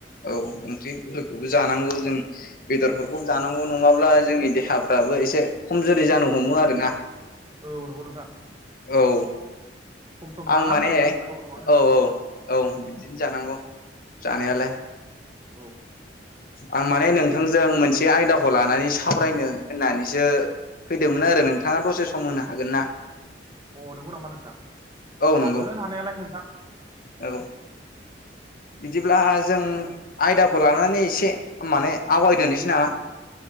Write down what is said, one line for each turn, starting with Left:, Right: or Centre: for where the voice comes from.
Left: औ ओंख्रिफोरखौबो जानांगौ जों बेदरफोरखौबो जानांगौ नङाब्ला जोंनि देहाफ्राबो एसे खमजुरि जानो हमो आरोना
Right: औ नंगौ नोंथां
Left: औ
Right: सम सम जाना
Left: आं माने
Right: होनांगौ गोथाव गोथावनो
Left: औ औ औ बिदिनो जानांगौ जानायालाय
Right: औ औ
Left: आं माने नोंथांजों मोनसे आयदाखौ लानानै सावरायनो होननानैसो फैदोंमोन आरो नोंथाङा दसे सम होनो हागोन ना?
Right: अ नंगौ नामा नोंथां
Left: औ नंगौ
Right: हागोन हानायालाय नोंथां
Left: औ बिदिब्ला जों आयदाखौ लानानै एसे माने आवगायदोनोसै नामा?